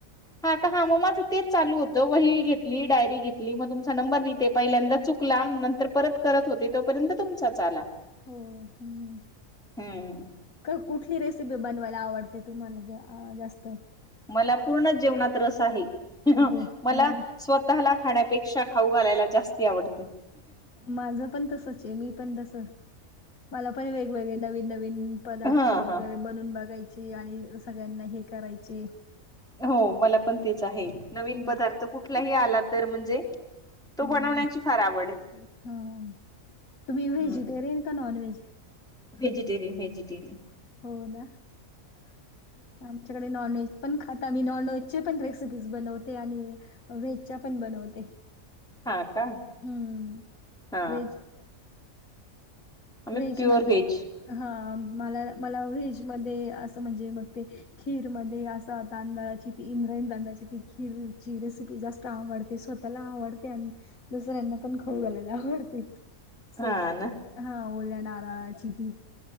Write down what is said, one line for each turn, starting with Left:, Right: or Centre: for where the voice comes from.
Centre: हा का हा मग माझं तेच चालू होतं वही घेतली डायरी घेतली मग तुमचा नंबर लिते पहिल्यांदा चुक चुकला नंतर परत करत होते तोपर्यंत तुमचाच आला
Left: हो हं
Centre: हम्म
Left: क-कुठली रेसिपी बनवायला आवडते तुम्हाला ज- जास्त?
Centre: मला पूर्ण जेवणात रस आहे <inaudible>
Left: हो
Centre: मला
Left: हा.
Centre: स्वतः ला खाण्यापेक्षा खाऊ घालायला जास्ती आवडते
Left: माझं पण तसचे मी पण तस मला पण वेगवेगळे नवीन- नवीन पदार्थ
Centre: हा
Left: वगैरे
Centre: हा
Left: बनून बघायचे चे आणि सगळ्यांना हे करायचे
Centre: हो मला पण तेच आहे नवीन
Left: अ
Centre: पदार्थ कुठलाही आला तर म्हणजे तो
Left: हम्म
Centre: बनवण्याची फार आवड आहे
Left: हा तुम्ही व्हेजिटेरियन
Centre: हम्म
Left: का नॉन व्हेज?
Centre: व्हेजिटेरियन -व्हेजिटेरयन
Left: हो ना आमच्याकडे हम्म- हम्म नॉनव्हेज पण खाता आम्ही नॉनव्हेज जेच पण रेसिपीज बनवते आणि व्हेजच्या पण बनवते
Centre: हा का
Left: हम्म
Centre: हा
Left: व्हेज
Centre: आम्ही
Left: व्हेज
Centre: प्युअर
Left: मध्ये
Centre: व्हेज
Left: -हा मला -मला व्हेज मध्ये असं म्हणजे मग ते खीर मध्ये असा तांदळाची ती इंद्रायण तांदळाची ती खीरची रेसिपी जास्त त आवडते स्वतःला आवडते आणि दुसऱ्यांना पण खाऊ घालायला आवडते <inaudible>
Centre: हा
Left: स्वतः
Centre: ना
Left: हा ओल्या नारळाची ती